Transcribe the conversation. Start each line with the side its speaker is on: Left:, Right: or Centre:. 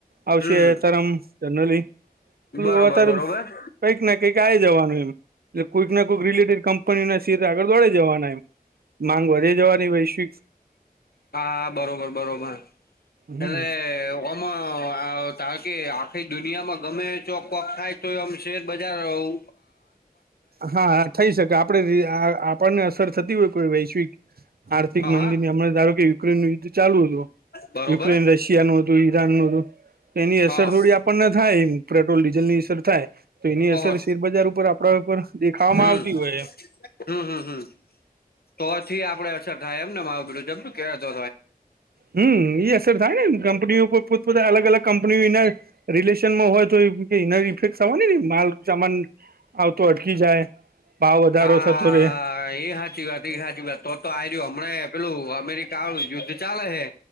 Right: આવશે
Left: હમ
Right: તરમ જનરલી.
Left: બરોબર
Right: બધું અત્યારે
Left: બરોબર.
Right: કંઈક ના કંઈક આવી જવાનું એમ. એટલે કોઈક ના કોઈક રિલેટેડ કંપની ના શેર આગળ દોડે જવાના એમ. માંગ વધી જવાની વૈશ્વિક
Left: આ. બરોબર બરોબર એટલે
Right: હમ
Left: આમાં ચકી આખા દુનિયામાં ગમે ચોકવક થાય તો એમ શેર બજાર રહું
Right: હા થઈ શકે આપડ આપણને અસર થતી હોય કોઈ વૈશ્વિક આર્થિક
Left: હા
Right: મંદીને
Left: હા
Right: હમણા ધારો કે યુક્રેન નું યુદ્ધ ચાલુ હતું
Left: બરોબર
Right: યુક્રેન રશિયા નું હતું ઈરાન નું હતું તો એની અસર
Left: હા
Right: થોડી આપણને થાય પેટ્રોલ ડીઝલ ની અસર થાય તો એની અસર
Left: ઓહો
Right: શેરબજાર ઉપર આપડા ઉપર દેખાવામાં
Left: હમ
Right: આવતી હોય.
Left: હમ હમ હમ તો થી આપડે અસર થાય એમને માીુંમ કેતો
Right: હમ એ અસર થાય ને એમ કંપનીઓ કોઈ પોતપતા અલગ અલગ કંપનીઓના રિલેશનમાં હોય તો ઇફેક્ટ માલ સામાન આવતો અટકી જાય ભાવ વધારો
Left: હા
Right: થતો રે
Left: એ હ સાચી વાત સાાચી વાત તો તો આ રહ્યું હમણાં પેલું અમેરિકા આવું યુદ્ધ ચાલે હે.